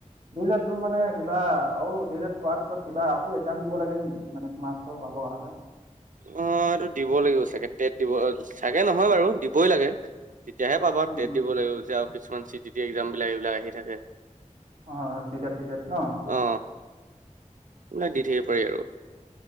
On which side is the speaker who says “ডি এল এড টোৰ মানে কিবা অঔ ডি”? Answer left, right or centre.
Right